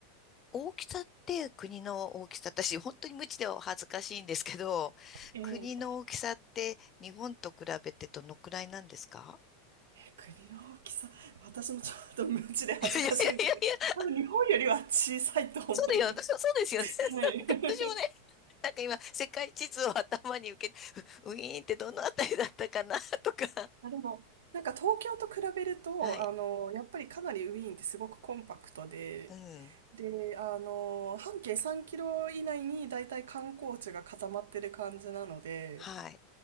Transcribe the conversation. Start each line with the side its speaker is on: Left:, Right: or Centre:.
Left: 大きさって国の大きさ、私、<laughs> 本当に無知では恥ずかしいんですけど、
Right: ええ、
Left: 国の大きさって日本と比べてどのくらいなんですか
Right: 国の大きさ、私もちょっと無知で恥ずかしいんですけど、
Left: <laughs> いやいやいやいや <laughs>
Right: 多分日本よりは小さいと思います。
Left: そうだよ、<laughs> そうそうですよね。<laughs>
Right: はい。
Left: なんか私もね、
Right: <laughs>
Left: なんか今、世界地図を頭に受け、<laughs> ウウィーンってどのあたりだったかな、とか。
Right: あ、でも、なんか東京と比べると、
Left: はい。
Right: あの、やっぱりかなりウィーンってすごくコンパクトで、
Left: うん。
Right: で、あの、半径3キロ以内に大体観光地が固まってる感じなので、
Left: はい。